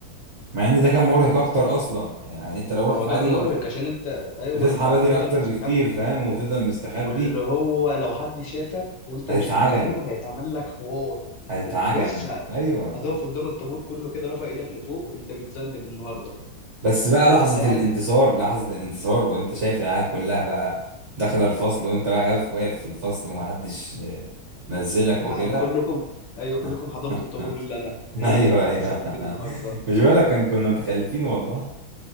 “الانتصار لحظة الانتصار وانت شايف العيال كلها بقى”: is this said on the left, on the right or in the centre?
Right